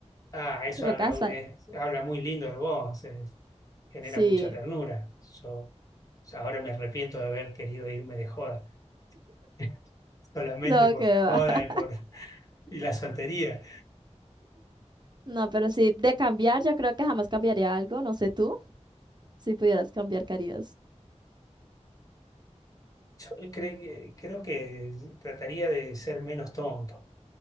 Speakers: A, on the left (about 30°); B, on the right (about 40°).
A: Ah,
B: <laughs>
A: eso
B: Creo
A: habla,
B: que hasta,
A: un- es- habla muy lindo de vos, eh, genera
B: sí,
A: mucha ternura. Yo o sea, ahora me arrepiento de haber querido irme de joda, <laughs> solamente
B: no,
A: por
B: que
A: la joda
B: va.
A: y por y la soltería.
B: No, pero sí, de cambiar, yo creo que jamás cambiaría algo. No sé tú, si pudieras cambiar, ¿qué harías?
A: Yo cre- que- creo que trataría de ser menos tonto.